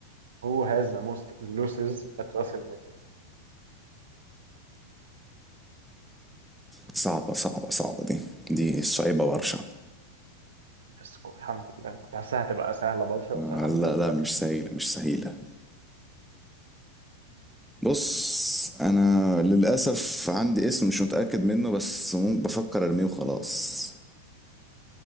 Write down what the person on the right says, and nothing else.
هو has the most losses at راس المال
بس كو- الحمد لله أنا كنت حاسسها هتبقى سهلة برشا
بس الحمد
لله طلعت
سهلة.